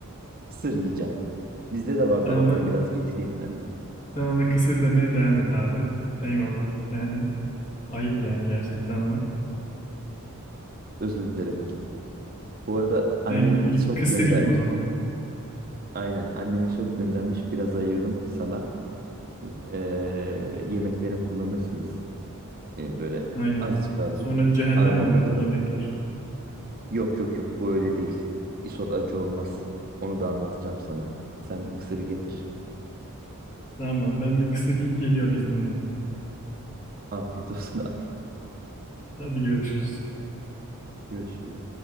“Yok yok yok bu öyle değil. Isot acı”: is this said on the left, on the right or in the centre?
Right